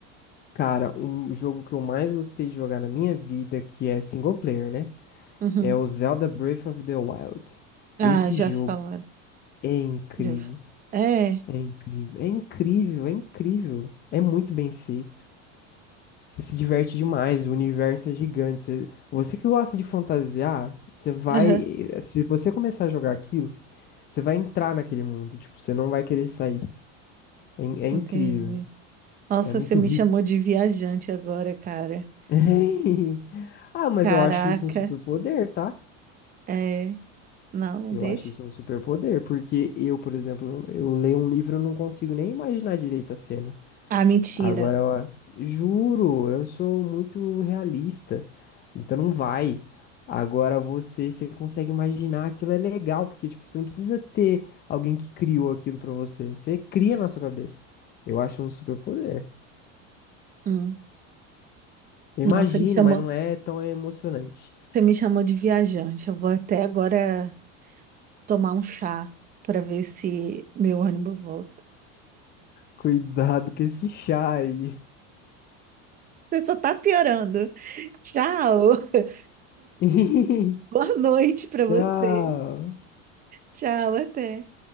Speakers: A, on the left; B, on the right.
A: Cara, um jogo que eu mais gostei de jogar na minha vida, que é single player, né?
B: Uhum.
A: É o Zelda Breath of the Wild.
B: Ah,
A: Esse
B: já
A: jogo
B: falaram.
A: é incrível,
B: Já... ouvi falar. É,
A: é incrível, é incrível, é incrível. É muito bem feito. Você se diverte demais, o universo é gigante. Você, você que gosta de fantasiar, você vai,
B: aham,
A: se você começar a jogar aquilo, você vai entrar naquele mundo, tipo, você não vai querer sair. É, in- é incrível,
B: entendi. Nossa,
A: é muito
B: você me
A: rico.
B: chamou de viajante agora, cara.
A: <laughs> Ah, mas
B: Caraca,
A: eu acho isso um superpoder, tá?
B: é. Não,
A: Eu
B: deixa.
A: acho isso um superpoder, porque eu, por exemplo, eu leio um livro e não consigo nem imaginar direito a cena.
B: Ah, mentira.
A: Agora, ó, juro, eu sou muito realista, então não vai. Agora você, você consegue imaginar aquilo é legal, porque tipo, você não precisa ter alguém que criou aquilo pra você. Você cria na sua cabeça. Eu acho um superpoder.
B: Hum.
A: Eu
B: Não,
A: imagino,
B: você me chamou,
A: mas não é tão emocionante.
B: você me chamou de viajante. Eu vou até agora tomar um chá para ver se meu ônibus volta.
A: Cuidado com esse chá aí.
B: Você só tá piorando. Tchau. <laughs>
A: <laughs>
B: Boa noite para você.
A: Tchau.
B: Tchau, até.